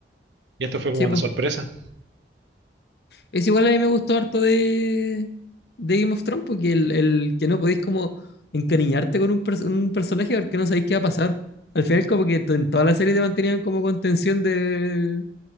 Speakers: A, on the right (about 85°); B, on the left (about 65°).
A: Y esto fue como
B: Sí,
A: una
B: po.
A: sorpresa,
B: Es igual a mí me gustó harto de, de Game of Thrones, porque el, el que no podéis como encariñarte con un, pers- un personaje porque no sabéis qué va a pasar. Al final, como que to- en toda la serie te mantenían como con tensión de,